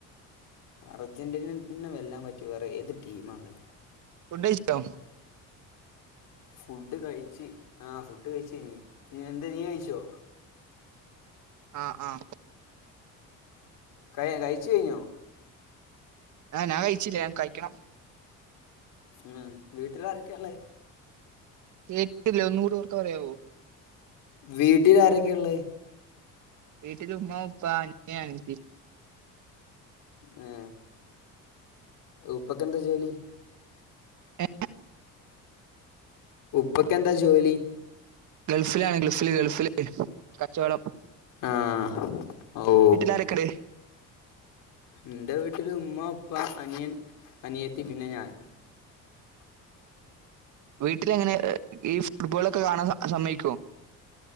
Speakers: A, on the left (about 70°); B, on the right (about 60°).
A: അർജന്റീനന്നെ വല്ലാൻ പറ്റിയ വേറേത് ടീമാണ്
B: ഫുഡഴിച്ചോ
A: ഫുഡ് കഴിച്ച് ആഹ് ഫുഡ് കഴിച്ച് കഴിഞ് നി എന്താ നീ കഴിച്ചോ
B: ആഹ് ആഹ്
A: കഴ കഴിച്ചു കഴിഞ്ഞോ
B: ആഹ് ഞാൻ കഴിച്ചില്ല ഞാൻ കഴിക്കണം
A: ഉം വീട്ടിലാരൊക്കേള്ളേ
B: കേട്ടില്ല ഒന്നുകൂടി ഒർക്ക പറയാവോ
A: വീട്ടിലാരൊക്കേള്ള
B: വീട്ടിലുമ്മ ഉപ്പാ അനിയൻ അനിയത്തി
A: ഏ ഉപ്പൊക്കെന്താ ജോലി
B: എ
A: ഉപ്പക്കെന്താ ജോലി
B: ഗൾഫിലാണ് ഗൾഫില് ഗൾഫില് കച്ചൊടം
A: ആഹ് ഓ
B: ആരക്ക്ട്
A: ഇൻ്റെ വീട്ടില് ഉമ്മ അനിയൻ അനിയത്തി പിന്നെ ഞാൻ
B: വീട്ടില് എങ്ങനെ ഈ ഫുട്ബോളൊക്കെ കാണാൻ സമ്മയിക്കോ